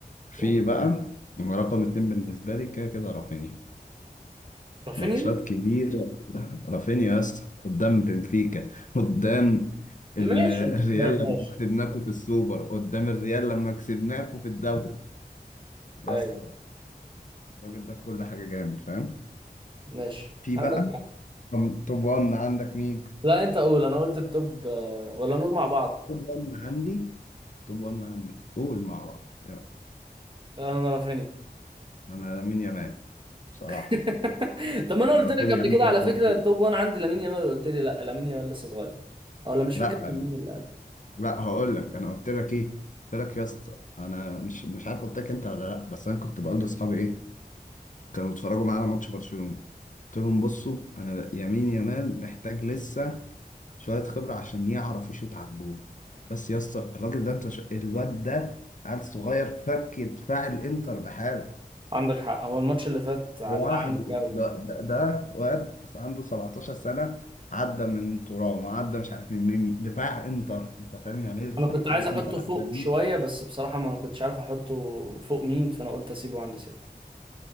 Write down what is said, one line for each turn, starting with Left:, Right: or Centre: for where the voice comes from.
Left: في
Right: اه
Left: بقى هو رقم اتنين بالنسبة لي كده كده رافينيا
Right: رافينيا
Left: ماتشات كبيرة رافينيا يا اسطى قدام بنفيكا قدام
Right: ماشي
Left: ال- الريال
Right: ما-
Left: لما
Right: ماشي
Left: كسبناكوا في السوبر قدام الريال لما كسبناكوا في الدوري بس
Right: طيب
Left: الراجل ده في كل حاجة جامد فاهم
Right: ماشي
Left: في
Right: عندك
Left: بقى
Right: حق
Left: توب 1 عندك مين
Right: لا أنت قول أنا قلت التوب آه، ولا نقول مع بعض
Left: توب 1 عندي توب 1 عندي قول مع بعض يلا
Right: أنا رافينيا
Left: انا مين يا مان بصراحة
Right: <laughs> طب ما انا قلت
Left: لا رافينيا
Right: لك قبل
Left: عندي
Right: كده على
Left: لا فلورتين
Right: فكره التوب 1 عندي لامين يامال قلت لي لا لامين يامال لسه صغير أو ولا مش
Left: لا
Right: فاكر كان مين اللي قال
Left: لا هقول لك انا قلت لك ايه قلت لك يا اسطى انا مش مش عارف قلت لك انت ولا لا بس انا كنت بقول لاصحابي ايه كانوا بيتفرجوا معايا على ماتش برشلونة قلت لهم بصوا انا يمين يامال محتاج لسه شوية خبرة عشان يعرف يشوط على الجون بس يا اسطى الراجل ده انت ش... الواد ده عيل صغير فك دفاع الانتر بحاله
Right: عندك حق هو الماتش اللي فات علق
Left: لوحده
Right: عندك قوي
Left: ده, ده, ده واد عنده 17 سنة عدى من ترام وعدى مش عارف من مين دفاع انتر انت فاهم يعني ايه دفاع
Right: انا كنت عايز
Left: الانتر
Right: احطه
Left: عدى
Right: فوق
Left: مين؟
Right: شويه بس بصراحه ما كنتش عارف احطه فوق مين فانا قلت اسيبه عند ستة